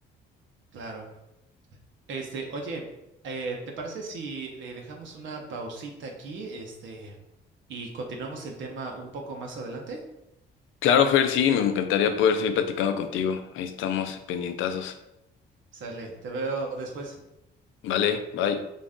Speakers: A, on the right; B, on the left.
A: claro. Este, oye, eh, ¿te parece si eh, dejamos una pausita aquí, este, y continuamos el tema un poco más adelante?
B: Claro, Fer, sí, me encantaría poder seguir platicando contigo. Ahí estamos, pendientazos.
A: Sale, te veo después.
B: Vale, bye.